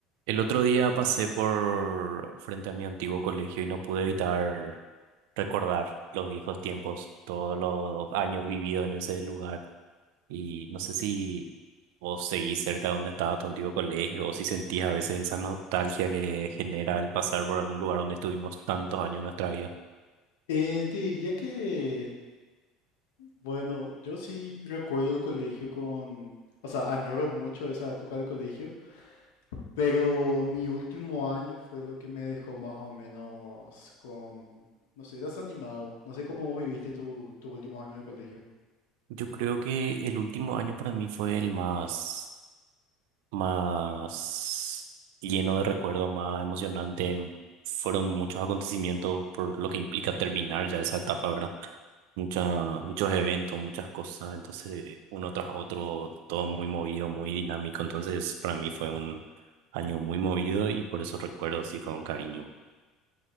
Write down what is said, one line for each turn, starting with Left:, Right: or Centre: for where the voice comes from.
Right: El otro día pasé por frente a mi antiguo colegio y no pude evitar recordar los viejos tiempos, todos los años vividos en ese lugar. Y no sé si vos seguís cerca de donde estaba tu antiguo colegio o si sentís a veces esa nostalgia que genera el pasar por algún lugar donde estuvimos tantos años de nuestra vida.
Left: Eh, te diría que, bueno, yo sí recuerdo el colegio con, o sea, añoro mucho esa época del colegio, pero mi último año fue lo que me dejó más o menos con, no sé, desanimado. No sé cómo vos viviste tu, tus últimos años de colegio.
Right: Yo creo que el último año para mí fue el más más lleno de recuerdos, más emocionante. Fueron muchos acontecimientos por lo que implica terminar ya esa etapa, ¿verdad? Mucha- muchos eventos, muchas cosas, entonces uno tras otro, todo muy movido, muy dinámico, entonces para mí fue un año muy movido y por eso recuerdo así con cariño.